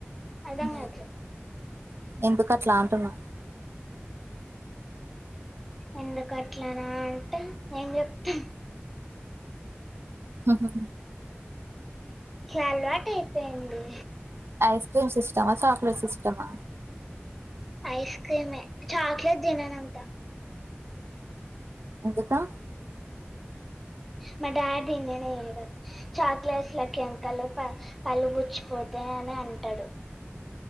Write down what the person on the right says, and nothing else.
ఊ
ఎందుకట్లా అంటున్నా
హుహు
ఐస్ క్రీమ్స్ ఇష్టమా చాక్లెట్స్ ఇష్టమా
మిగతా